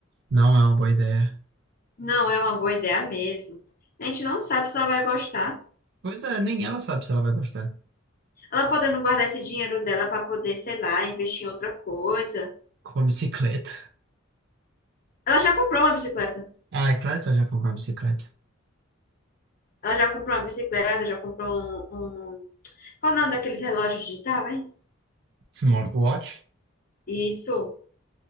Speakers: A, on the right (about 55°); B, on the left (about 40°).
A: não é uma boa ideia.
B: Não é uma boa ideia mesmo. A gente não sabe se ela vai gostar.
A: Pois é, nem ela sabe se ela vai gostar.
B: Ela podendo guardar esse dinheiro dela pra poder, sei lá, investir em outra coisa.
A: Comprou bicicleta.
B: Ela já comprou uma bicicleta.
A: Ah, é claro que ela já comprou uma bicicleta.
B: Ela já comprou uma bicicleta, já comprou um, um Qual o nome daqueles relógios digital, hein?
A: Smartwatch?
B: Isso,